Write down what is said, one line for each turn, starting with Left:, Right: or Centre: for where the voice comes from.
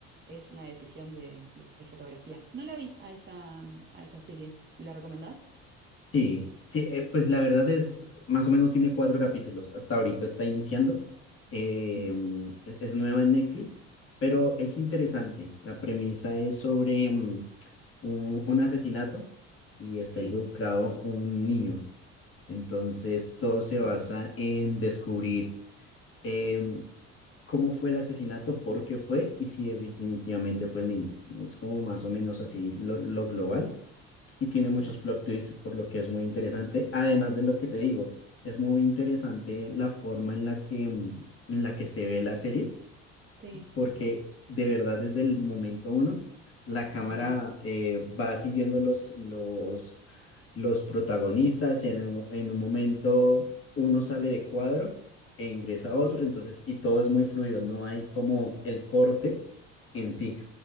Right: es una decisión de, de fotografía. No la vi a esa, a esa serie. ¿Me la recomendás?
Left: Sí, sí, eh, pues la verdad es, más o menos tiene cuatro capítulos, hasta ahorita está iniciando, em,
Right: Ujú.
Left: e- es, nueva en Netflix, pero es interesante, la premisa es sobre mm, un, un asesinato y está
Right: Sí.
Left: involucrado un niño, entonces todo se basa
Right: Ah,
Left: en descubrir em, cómo fue el asesinato, por qué fue y si definitivamente fue el niño, es como más o menos así lo, lo global y tiene
Right: claro.
Left: muchos plot twists, por lo que es muy interesante. Además de lo que te digo, es muy interesante la forma en la que, mm, en la que se ve la serie,
Right: Sí.
Left: porque de verdad desde el momento uno, la cámara
Right: Ajá.
Left: eh, va siguiendo los, los, los protagonistas y en un, en un momento uno sale de cuadro e ingresa a otro,
Right: Sí.
Left: entonces, y todo es muy fluido, no hay como el corte en sí.